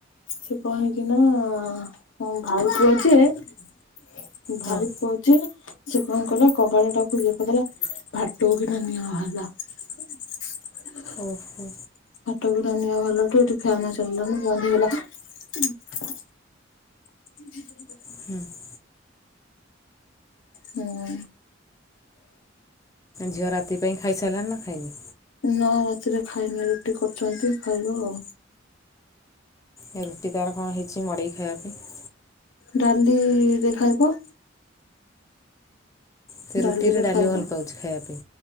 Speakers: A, on the left (about 85°); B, on the left (about 15°).
A: ସେ କଣ ହେଇଛି ନା ହଁ ଭାଇ ପୁଅ ଯିଏ ଭାଇ
B: ହଁ।
A: ପୁଅ ଯିଏ ସେ କଣ କଲା କବାଟ ଟାକୁ ଦେଇପକାଇଲା। <unintelligible>
B: ଓହୋ।
A: <unintelligible> ଏଠି ଫ୍ୟାନ ଚାଲିଲା ଣିି ବନ୍ଦ ହେଇଗଲା। <inaudible>
B: ହୁଁ
A: ହୁଁ।
B: ଝିଅ ରାତି ପାଇଁ ଖାଇସାରିଲାଣି ନା ଖାଇନି?
A: ନା ରାତିରେ ଖାଇନି ରୁଟି କରୁଛନ୍ତି ଖାଇବ ଆଉ।
B: ଏ ରୁଟି ତାର କଣ ହେଇଛି ମଡ଼େଇ ଖାଇବା ପାଇଁ।
A: ଡାଲି ଦେ ଖାଇବ।
B: ସେ ରୁଟିରେ
A: ଡାଲିରେ
B: ଡାଲି
A: ଖାଇବ
B: ଭଲ ପାଉଛି ଖାଇବା ପାଇଁ।